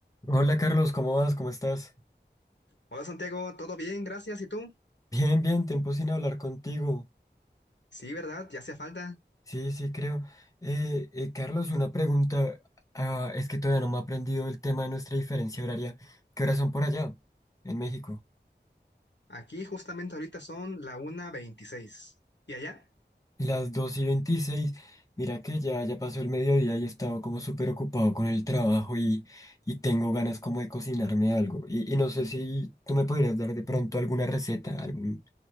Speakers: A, on the left; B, on the left.
A: Hola Carlos, ¿cómo vas? ¿Cómo estás?
B: Hola Santiago, ¿todo bien? Gracias. ¿Y tú?
A: Bien, bien, tiempo sin hablar contigo.
B: Sí, ¿verdad? Ya hacía falta.
A: Sí, sí, creo. Eh, eh, Carlos, una pregunta. Ah, es que todavía no me he aprendido el tema de nuestra diferencia horaria. ¿Qué horas son por allá, en México?
B: Aquí justamente ahorita son la una veintiséis. ¿Y allá?
A: Las dos y 26. Mira que ya, ya pasó el mediodía y he estado como súper ocupado con el trabajo y, y tengo ganas como de cocinarme algo. Y, y no sé si tú me podrías dar de pronto alguna receta, algún,